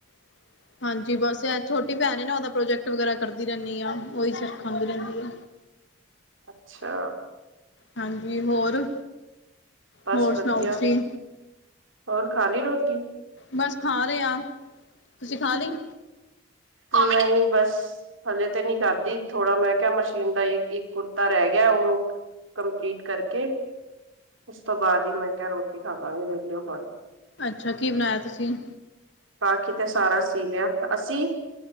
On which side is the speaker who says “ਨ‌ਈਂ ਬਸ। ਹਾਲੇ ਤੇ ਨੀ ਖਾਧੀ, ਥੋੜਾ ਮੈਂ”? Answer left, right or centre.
Right